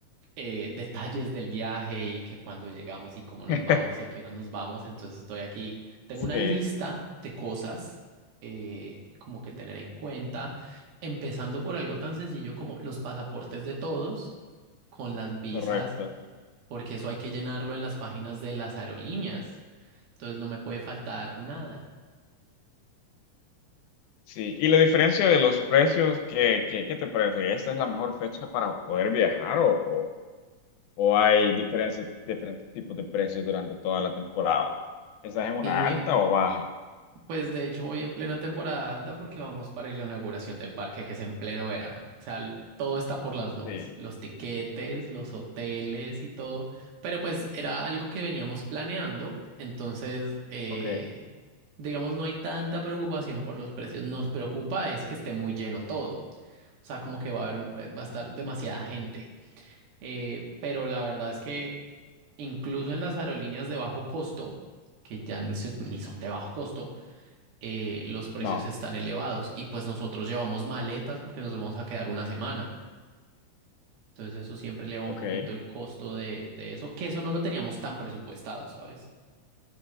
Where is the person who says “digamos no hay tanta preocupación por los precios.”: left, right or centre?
Right